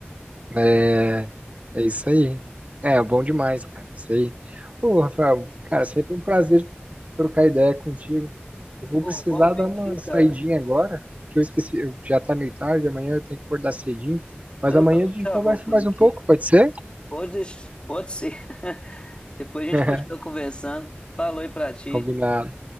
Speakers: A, on the right; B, on the left.
A: É, é isso aí. É, bom demais, cara. Isso aí. Ô, Rafael, cara, sempre um prazer trocar ideia contigo. Eu vou
B: Pô,
A: precisar
B: igualmente
A: dar uma
B: aí, cara.
A: saidinha agora, porque eu esqueci, eu- já tá meio tarde, amanhã eu tenho que acordar cedinho. Mas
B: Eu
A: amanhã
B: também
A: a gente
B: já
A: conversa
B: vou por
A: mais
B: aqui.
A: um pouco, pode ser?
B: Pode, deix- pode ser. <laughs> Depois a gente
A: <laughs>
B: continua conversando. Falou aí pra ti.
A: Combinado.